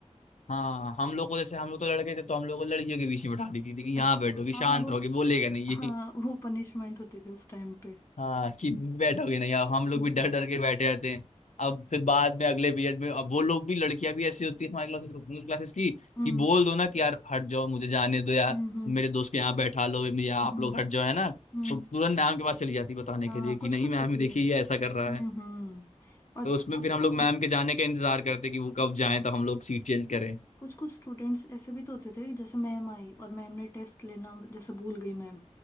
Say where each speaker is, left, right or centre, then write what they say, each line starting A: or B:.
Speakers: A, on the left (about 75°); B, on the left (about 20°).
A: हाँ हम लोग को जैसे हम लोग तो लड़के थे तो हम लोग को लड़कियों के बीच में बैठा देती थी कि
B: अच्छा
A: यहाँ बैठोगे शांत
B: हाँ वो
A: रहोगे बोलेगा नहीं
B: हाँ वो पनिशमेंट होती थी उस टाइम पे
A: हाँ कि बैठोगे नहीं अब हम लोग
B: हम्म
A: भी डर डर के बैठे रहते हैं अब फिर बाद में अगले पीरियड में अब वो लोग भी लड़कियां भी ऐसी होती है हमारे क्लासेस क्लासेस की कि
B: हम्म
A: बोल दो ना कि यार हट जाओ मुझे जाने दो यार
B: हम्म हम्म
A: मेरे दोस्त के यहाँ बैठा लो मेरे यहाँ
B: हम्म
A: आप लोग हट जाओ है ना
B: हम्म,
A: तो तुरंत मैम के पास चली जाती बताने
B: हाँ
A: के लिए कि
B: कुछ
A: नहीं
B: कुछ
A: मैम
B: होती
A: ये देखिए
B: है
A: ये ऐसा कर
B: हम्म
A: रहा है
B: हम्म और
A: तो उसमें
B: कुछ
A: फिर
B: कुछ
A: हम लोग मैम के जाने का इंतजार करते कि वो कब जाए तो हम लोग सीट चेंज करें
B: कुछ कुछ स्टूडेंट्स ऐसे भी तो होते थे कि जैसे मैम आई और मैम ने टेस्ट लेना जैसे भूल गई मैम